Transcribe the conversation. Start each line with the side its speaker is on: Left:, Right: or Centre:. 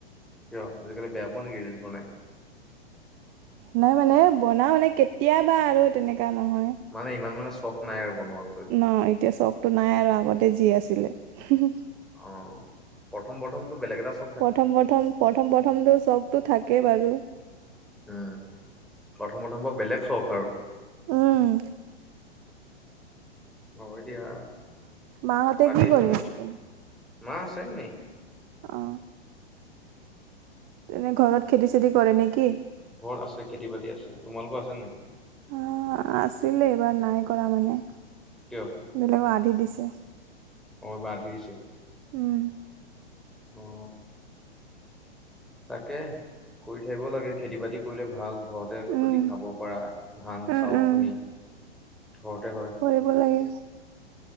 Centre: কিয় আজিকালি বেয়া পোৱা নেকি ৰিল্চ বনাই?
Right: নাই মানে বনাও মানে কেতিয়াবা আৰু তেনেকা নহয়।
Centre: মানে ইমান মানে চখ নাই আৰু বনুৱাক লৈ।
Right: না এতিয়া চখটো নাই আৰু আগতে যি আছিলে। হুহু।
Centre: অ প্ৰথম প্ৰথমটো বেলেগ এটা চ
Right: প্ৰথম প্ৰথম প্ৰথম প্ৰথমটো চখটো থাকেই বাৰু।
Centre: উম, প্ৰথম প্ৰথমবাৰ বেলেগ চখ আৰু।
Right: উম।
Centre: হয় দিয়া।
Right: মাহঁতে
Centre: বাকী
Right: কি কৰি
Centre: তোমাৰ,
Right: আছে তেনে?
Centre: মা আছে এনেই।
Right: অ। এনে ঘৰত খেতি-চেতি কৰে নে কি?
Centre: ঘৰত আছে খেতি-বাতি আছে। তোমালোকৰ আছে নে নাই?
Right: অ আছিলে, এইবাৰ নাই কৰা মানে।
Centre: কিয়?
Right: বেলেগক আধি দিছে।
Centre: অ এইবাৰ আধি দিছে,
Right: উম।
Centre: অ। তাকে, কৰি থাকিব লাগে। খেতি-বাতি কৰিলে ভাল ঘৰতে
Right: উম,
Centre: যদি খাব পাৰা। ধান,
Right: উম,
Centre: চাউলখিনি
Right: উম,
Centre: ঘৰতে হয়।
Right: <unintelligible> ব লাগে।